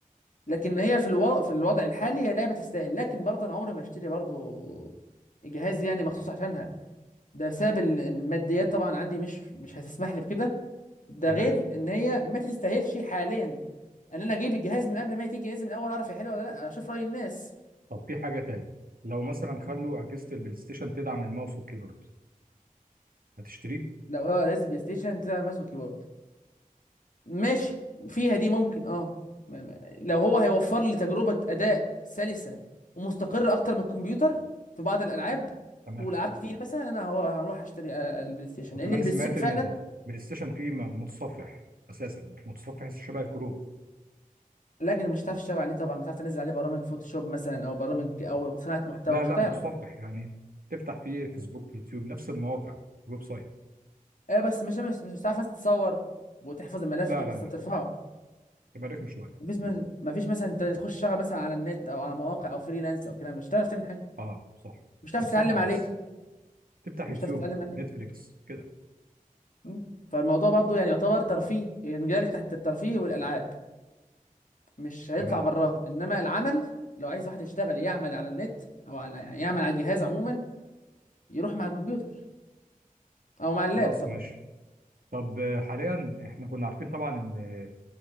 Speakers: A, on the left (about 60°); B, on the right (about 80°).
A: لكن هي في الوضع في الوضع الحالي هي لعبه تستاهل لكن برضه انا عمري ما اشتري برضه جهاز يعني مخصوص عشانها ده بسبب ال- الماديات طبعا عندي مش مش هتسمح لي بكده ده
B: تمام
A: غير ان هي ما تستاهلش حاليا ان انا اجيب الجهاز من قبل ما تيجي لازم الاول اعرف هي حلوه ولا لا اشوف راي الناس
B: طب في حاجة تاني لو مثلا خلوا
A: مم.
B: أجهزة البلاي ستيشن تدعم الماوس والكيبورد هتشتريه
A: لو هو جهاز بلاي ستيشن تلعب ماوس وكيبورد ماشي فيها دي ممكن اه ما- ما- لو هو هيوفر لي تجربه اداء سلسه ومستقره اكتر من الكمبيوتر في بعض الالعاب
B: تمام
A: والعاب كتير مثلا انا هو هروح اشتري آه، البلاي ستيشن
B: وكمان
A: لان البلاي
B: سمعت
A: ستيشن فعلا
B: ان البلاي ستيشن فيه م- متصفح اساسا متصفح شبه الكروت
A: لكن مش هتعرف تشتغل عليه طبعا مش هتعرف تنزل عليه برامج فوتوشوب مثلا او برامج او صناعه محتوى
B: لا
A: مش
B: لا
A: هتعرف
B: متصفح يعني تفتح فيه فيسبوك يوتيوب نفس المواقع الويب سايت
A: ايه بس مش مش مش بتعرف مثلا تتصور وتحفظ الملف
B: لا
A: وتروح
B: لا
A: تس-
B: لا
A: ترفعه
B: يبقى رخم شويه
A: مفيش مز... مفيش مثلا انت تخش تشتغل مثلا على النت او على مواقع او فريلانس او كلام مش هتعرف تعمل حاجه
B: اه صح
A: مش هتعرف
B: تتصفح
A: تتعلم عليه
B: بس تفتح
A: مش
B: يوتيوب
A: هتعرف تتعلم عليه
B: نتفليكس كده
A: مم. فالموضوع برضو يعني يعتبر ترفيه يعني جاري تحت الترفيه والالعاب مش هيطلع
B: تمام
A: براها انما العمل لو عايز واحد يشتغل يعمل على النت او على يعني يعمل على الجهاز عموما يروح مع الكمبيوتر او مع اللاب
B: خلاص
A: طبعا
B: ماشي طب آه، حاليا احنا كنا عارفين طبعا ان